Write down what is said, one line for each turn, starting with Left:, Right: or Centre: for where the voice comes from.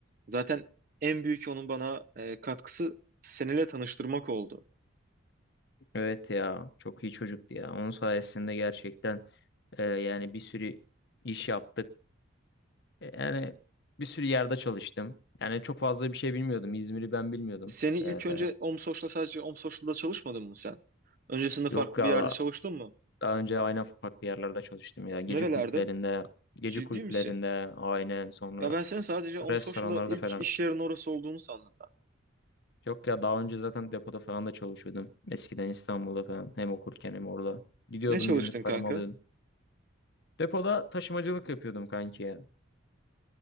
Right: zaten en büyük onun bana e, katkısı seninle tanıştırmak oldu.
Left: evet ya. Çok iyi çocuktu ya. Onun sayesinde gerçekten e, yani bir sürü iş yaptık. E, Yani bir sürü yerde çalıştım. Yani çok fazla bir şey bilmiyordum. İzmir'i ben bilmiyordum.
Right: Seni
Left: E,
Right: ilk önce OMSOŞ'la sadece OMSOŞ'la çalışmadın mı sen? Öncesinde farklı
Left: yok ya
Right: bir yerde
Left: da-
Right: çalıştın mı?
Left: daha önce aynen farklı yerlerde çalıştım ya. Gece
Right: Nerelerde?
Left: kulüplerinde, gece
Right: Ciddi
Left: kulüplerinde
Right: misin?
Left: aynen sonra
Right: Ya ben senin sadece OMSOŞ'la
Left: restoranlarda
Right: ilk
Left: falan.
Right: iş yerin orası olduğunu sandım ben.
Left: Yok ya daha önce zaten depoda falan da çalışıyordum. Eskiden İstanbul'da falan hem okurken hem orada. Gidiyordum
Right: Ne çalıştın
Left: günlük paramı
Right: kanka?
Left: alıyordum. Depoda taşımacılık yapıyordum kanki ya.